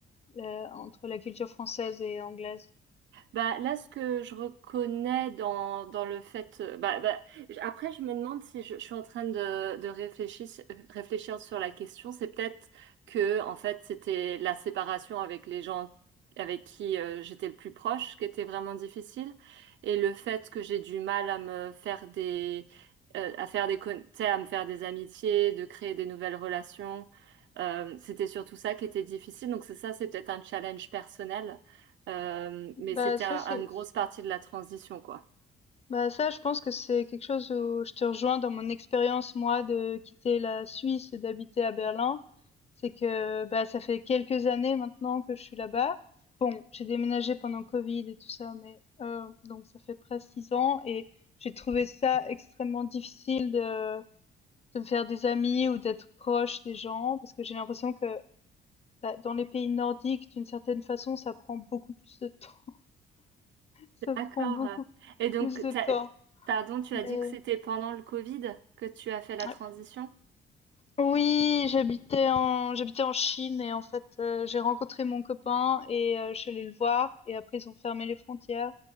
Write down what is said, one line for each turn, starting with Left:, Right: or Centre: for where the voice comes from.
Left: La- entre la culture française et anglaise?
Right: Bah, là, ce que je reconnais dans, dans le fait... euh, Bah, bah, j- après, je me demande si je, je suis en train de, de réfléchir, réfléchir sur la question. C'est peut-être que, en fait, c'était la séparation avec les gens avec qui euh, j'étais le plus proche qui était vraiment difficile. Et le fait que j'ai du mal à me faire des... euh, à faire des, con- tu sais, à me faire des amitiés, de créer des nouvelles relations. Euh, c'était surtout ça qui était difficile. Donc, c'est ça, c'est peut-être un challenge personnel. Euh, mais
Left: Bah
Right: c'était
Left: ça
Right: un-
Left: c'est
Right: une grosse partie de la transition, quoi.
Left: bah ça je pense que c'est quelque chose où je te rejoins dans mon expérience moi de quitter la Suisse et d'habiter à Berlin, c'est que bah ça fait quelques années maintenant que je suis là-bas. Bon, j'ai déménagé pendant Covid et tout ça mais euh, donc ça fait presque six ans et j'ai trouvé ça extrêmement difficile de de me faire des amis ou d'être proche des gens parce que j'ai l'impression que bah, dans les pays nordiques d'une certaine façon ça prend beaucoup plus de temps Ça
Right: D'accord.
Left: prend beaucoup
Right: Et donc,
Left: plus de
Right: t'as-
Left: temps,
Right: pardon, tu
Left: mais
Right: as dit que c'était pendant le Covid que tu as fait la
Left: Ouais.
Right: transition?
Left: Oui, j'habitais en j'habitais en Chine et en fait euh, j'ai rencontré mon copain et euh, je suis allée le voir et après ils ont fermé les frontières